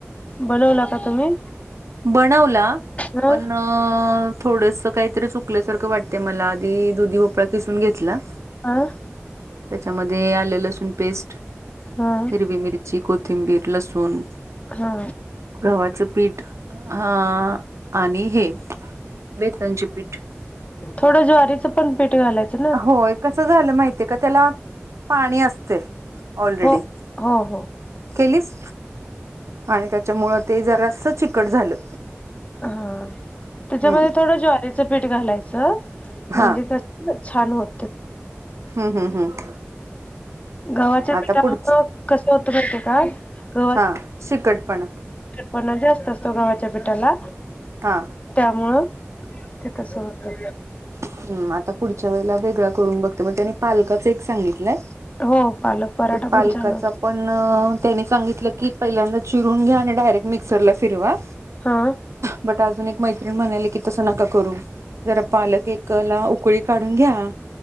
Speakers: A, on the left; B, on the right.
A: बनवला का तुम्ही
B: बनवला
A: ह
B: पण थोडस काहीतरी चुकल्यासारं वाट मला आधी दुधी भोपळ दिसून घेतला
A: ह
B: त्याच्यामध्ये आलं लसूण पेस्ट
A: हा
B: हिरवी मिरची कोथिंबीर कोथिंबीर लसूण
A: हा
B: गव्हाचे पीठ हा आणि हे बेसनचे पीठ
A: थोडं ज्वारीच पण पीठ घालायचं ना
B: होय कसं झालं माहितीय का त्याला पाणी असते ऑलरेडी
A: हो हो हो
B: केलीस आणि त्याच्यामुळ ते जरास चिकट झालं
A: हा
B: हम्म
A: त्याच्यामध्ये थोडं ज्वारीचं पीठ घालायचं
B: हा
A: म्हणजे क छान होते.
B: हम्म हम्म हम्म
A: गवाच्या
B: आता
A: पेठामध्ये
B: पुढच
A: कसं होतं करते का गव
B: हा शिकटपणा
A: पणा जास्त असतो गावाच्या पेठाला
B: हा
A: त्यामुळं ते तस होत.
B: हम् आता पुढच्या वेळेला वेगळा करून बघत मग त्यानी पालक सांगितलंय
A: हो पालक पराठा पण
B: पालकाचा
A: छान होतो
B: पण त्याने सांगितलं. की पहिल्यांदा चिरून घ्या आणि डायरेक्ट मिक्सरला फिरवा
A: हा
B: बट अजून एक मैत्रिणी म्हणाले. की तस नका करू जरा पालक एक ला उकळी काढून घ्या.